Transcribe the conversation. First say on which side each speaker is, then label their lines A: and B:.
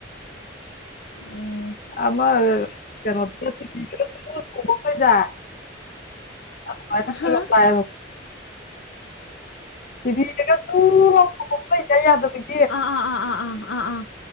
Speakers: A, on the left; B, on the left.
A: ꯎꯝ
B: ꯑꯃꯥ <unintelligible>
A: ꯑꯍꯥ
B: <inaudible> <unintelligible>
A: ꯑꯥ ꯑꯥ ꯑꯥ ꯑꯥ ꯑꯥ ꯑꯥ ꯑꯥ